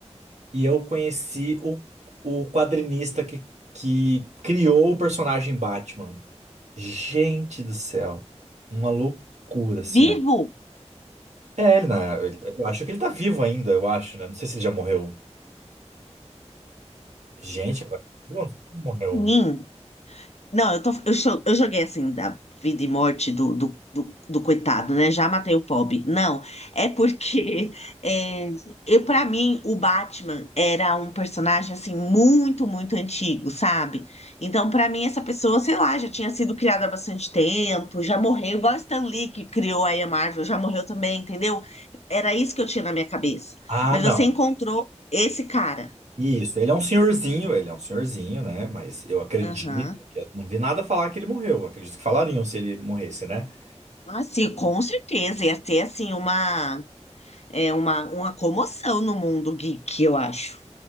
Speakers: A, on the right; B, on the left.
A: e eu conheci o, o quadrinista que, que criou o personagem Batman. Gente do céu, uma loucura, assim,
B: vivo?
A: É, ele na- eu acho que ele tá vivo ainda, eu acho, né? Não sei se ele já morreu. Gente, agora. Não, ele morreu.
B: Hum, Não, eu, tô, eu, cho- eu joguei assim, da vida e morte do, do, do, do coitado, né? Já matei o pobre. Não, é porque <laughs> é, eu, para mim, o Batman era um personagem, assim, muito, muito antigo, sabe? Então, para mim, essa pessoa, sei lá, já tinha sido criada há bastante tempo, já morreu, igual o Stan Lee, que criou aí a Marvel, já morreu também, entendeu? Era isso que eu tinha na minha cabeça.
A: Ah,
B: Mas
A: não.
B: você encontrou esse cara.
A: Isso, ele é um senhorzinho, ele é um senhorzinho, né? Mas eu acredito
B: Aham.
A: que. Não vi nada falar que ele morreu. Eu acredito que falariam se ele morresse, né?
B: Ah, sim, com certeza. Ia ter, assim, uma. É uma, uma comoção no mundo geek, eu acho.